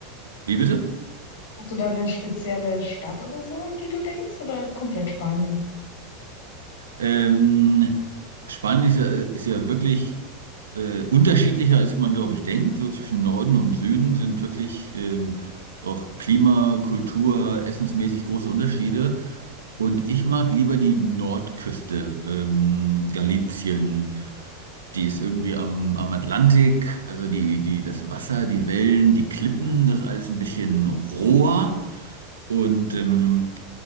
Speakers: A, on the right; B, on the left.
A: Wie bitte?
B: Hast du da eine spezielle Stadt oder so, an die du denkst, oder komplett Spanien?
A: Ähm, Spanien ist ja, ist ja wirklich äh, unterschiedlicher, als man, glaube ich, denkt. So zwischen Norden und Süden sind wirklich ähm, auch Klima, Kultur, essensmäßig große Unterschiede. Und ich mag lieber die Nordküste, ähm, Galicien, Die ist irgendwie am, am Atlantik, also die, die, das Wasser, die Wellen, die Klippen, das ist alles ein bisschen roher. Und, ähm,